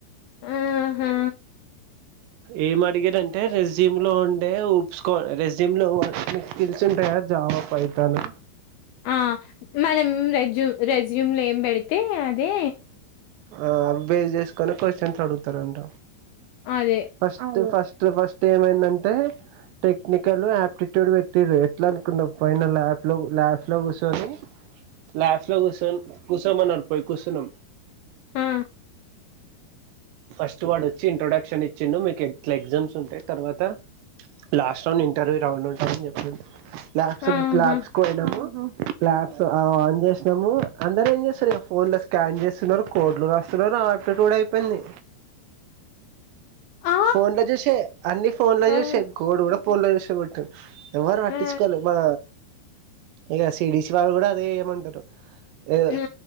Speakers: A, on the left (about 80°); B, on the right (about 80°).
A: ఆహా
B: ఏం అడిగారంటే రెస్యూమ్ లో ఉండే ఊప్స్ కో రెస్యూమ్ లో వాడిని స్కిల్స్ ఉంటాయా జావా ఫైధాన్
A: ఆ మనం రెజ్యూ రెస్యూమ్ లో ఎం పెడితే అదే
B: ఆ అవి బేస్ చేసుకొని కొషన్స్ అడుగుతారంట
A: అదే
B: ఫస్ట్ ఫస్ట్ ఫస్ట్ ఏమైందంటే టెక్నికల్ యాప్టిట్యూడ్ పెట్టిరు ఎట్లా అనుకున్నా పైన ల్యాప్ లో ల్యాబ్ లో కూర్చొని
A: అ
B: లాబ్స్ లో కూసోన్ కూసోమన్నారు పోయి కూసున్నాం
A: ఆ
B: ఫస్ట్ వాడొచ్చి ఇంట్రొడక్షన్ ఇ చ్చిండు మీకు ఎట్ల ఎగ్జామ్స్ ఉంటాయి తర్వాత లాస్ట్ రౌండ్ ఇంటర్వ్యూ రౌండ్ ఉంటాదని చెప్పిండు ల్యాబ్స్
A: ఆహా
B: ల్యాబ్స్ కు పోయినాము ల్యాబ్స్ అ ఆన్ చేసినాము అందరూ ఏం చేస్తారు ఇగ ఫోన్ లో స్కాన్ చేస్తున్నారు కోడ్లు రాస్ తున్నారు ఆప్టిట్యూడ్ అయిపోయింది
A: ఆ
B: ఫోన్ లో చూసే అన్నీ ఫోన్ లో
A: అవును
B: చూసే కోడ్ కూడా ఫోన్ లో చూసే కొట్టు ఎవరూ పట్టించుకోవాలి
A: ఆ
B: మా ఇగా సి డి సి వాళ్ళు కూడా అదే ఏమంటారు ఏ
A: ఆ